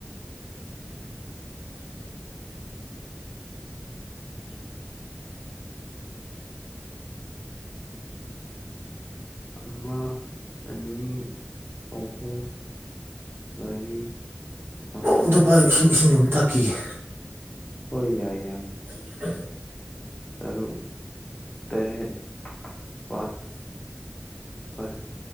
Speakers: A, on the right; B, on the left.
A: <unintelligible>
B: ꯑꯃ ꯑꯅꯤ ꯑꯍꯨꯝ ꯃꯔꯤ ꯃꯉꯥ
A: ꯑꯣ ꯑꯝꯇ ꯄꯥꯢꯌꯣ ꯏꯁꯤꯡ ꯏꯁꯤꯡ ꯑꯝ ꯊꯛꯈꯤꯒꯦ
B: ꯍꯣꯢ ꯌꯥꯏ ꯌꯥꯝ
A: <unintelligible>
B: ꯇꯔꯨꯛ ꯇꯔꯦꯠ <unintelligible> ꯅꯤꯄꯥꯜ ꯄꯟ